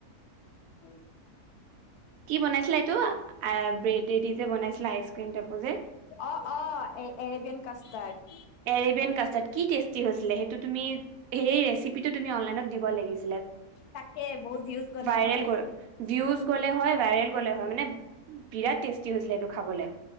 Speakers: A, on the left (about 80°); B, on the right (about 75°).
A: অ'।
B: কি বনাইছিলা এইটো, আ ব্ৰেডেদি যে বনাইছিলা আইচকিম টেপো যে?
A: অ' অ' এ এৰেবিয়ান কাষ্টাৰ্ড
B: এৰেবিয়ান কি টেষ্টি হৈছিলে, হেটো তুমি হেই ৰেচিপিটো তুমি অনলাইনত দিব লাগিছিল।
A: তাকে বহুত ভিউজ গলে
B: ভাইৰেল
A: হয়।
B: ভিউজ গ'লে হয় ভাইৰেল গ'লে হয়, মানে বিৰাট টেষ্টি হৈছিলে এইটো খাবলে।